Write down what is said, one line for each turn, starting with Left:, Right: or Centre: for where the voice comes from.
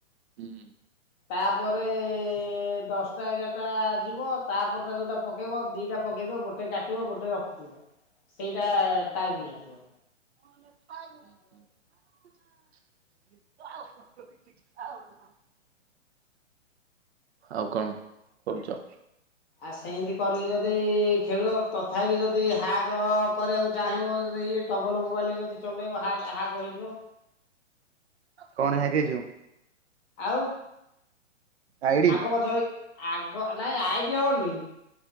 Right: ହୁଁ।
Left: ତାପରେ ଦଶଟା ଏଗାରଟା ଯିବ ତାପରେ ଯୋଉଟା ପକେଇବ ଦିଟା ପକେଇଥଦବ ଗୋ ଟେ କାଟିବ ଗୋଟେ ରଖିବ ସେଇଟା ଟାଇମ୍ ନାଗିବ।
Right: ହ ଆଉ ଆଉ କଣ କରୁଚ?
Left: ଆଉ ସେନ୍ତି କରିକି ଯଦି ଖେଳିବ ତଥାପି ଯଦି ହ୍ୟାଗ କରିବାକୁ ଚାହିଁବ ଯଦି ଡ଼ବଲ ମୋବାଇଲ୍ ଯଦି ଚଲେଇବ ହ୍ୟାଗ-ହ୍ଯାଗ ହେଇଯିବ।
Right: କଣ ହ୍ୟାକ୍ ହେଇଯିବ?
Left: ଆଉ
Right: ଆଇଡି
Left: ଆଗ ପଛ ହେଇ ଆଗ ନାଇଁ ଆଇଡି ହଉନି।